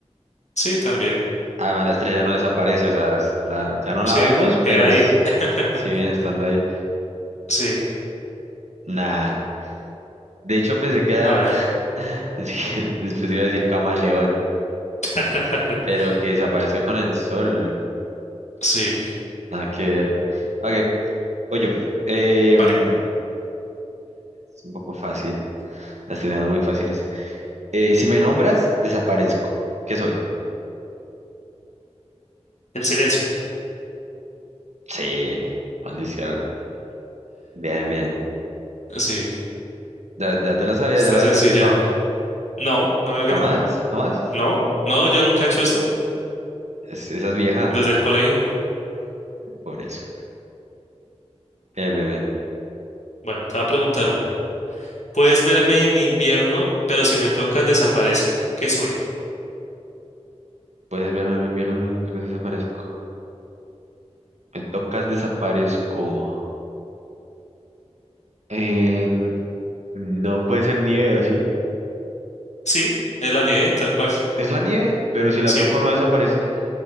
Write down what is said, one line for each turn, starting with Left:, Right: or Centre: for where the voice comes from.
Left: sí, también.
Right: Además, la estrella no desaparece, o sea, es la- ya no la
Left: Sí,
Right: vemos, pero
Left: queda ahí.
Right: s-
Left: <laughs>
Right: siguen estando ahí.
Left: Sí,
Right: nah De hecho, pensé que era.
Left: a ver.
Right: <laughs> pensé que después iba a decir camaleón,
Left: <laughs>
Right: pero que desaparezca con el sol.
Left: Sí,
Right: Nada que ver. Ok, voy yo. Em,
Left: vale.
Right: es un poco fácil. Las estoy dando muy fáciles. Eh, si me nombras, desaparezco. ¿Qué soy?
Left: El silencio.
Right: Sí, maldición. Bien, bien.
Left: Sí,
Right: Ya, ya te la sabía,
Left: está
Right: ya la
Left: sencilla.
Right: habías escuchado.
Left: No, no, mira que
Right: ¿Jamás?
Left: no.
Right: ¿Jamás?
Left: No, no, yo nunca he hecho esto.
Right: Es- esa es vieja,
Left: Desde el colegio.
Right: por eso. Bien, bien, bien.
Left: Bueno, te voy a preguntar una. Puedes verme en invierno, pero si me tocas desaparezco. ¿Qué soy?
Right: Puedes verme, me invierno, me tocas, desaparezco. Me tocas, desaparezco. Em, No puede ser nieve, ¿o sí?
Left: Sí, es la nieve, tal cual.
Right: Es la nieve, pero si la
Left: Sí,
Right: toco no desaparece.